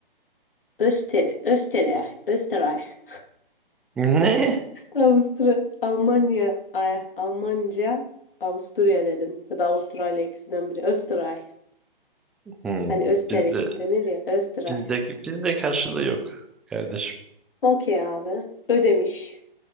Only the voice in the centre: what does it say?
Ne?
Hı,
Bizde
bizde bizde karşılığı yok kardeşim.